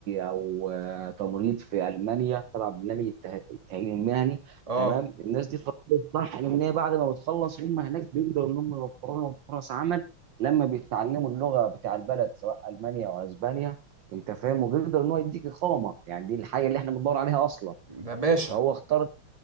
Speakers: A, on the right; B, on the right.
A: او آه، تمريض في المانيا تبع برنامج الته- التاهيل المهني
B: اه
A: تمام الناس دي فضلت صح ان هي بعد ما بتخلص هم هناك بيقدروا ان هم يوفروا لهم فرص عمل لما بيتعلموا اللغه بتاع البلد سواء المانيا او اسبانيا انت فاهم وبيقدر ان هو يديك اقامه يعني دي الحاجه اللي احنا بندور عليها اصلا
B: ده باشا
A: فهو اختار